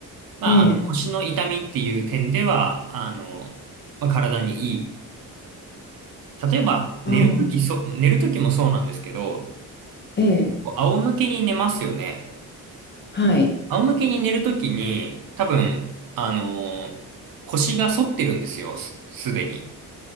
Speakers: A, on the right; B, on the left.
A: まあ、
B: ええ。
A: あの腰の痛みっていう点では、あの、まあ、体にいい。例えば、
B: ああ、
A: 寝るとき、そ、寝るときもそうなんですけど、
B: ええ。
A: こう仰向けに寝ますよね。
B: はい。
A: 仰向けに寝るときに、多分、あの、腰が反ってるんですよ、すすでに。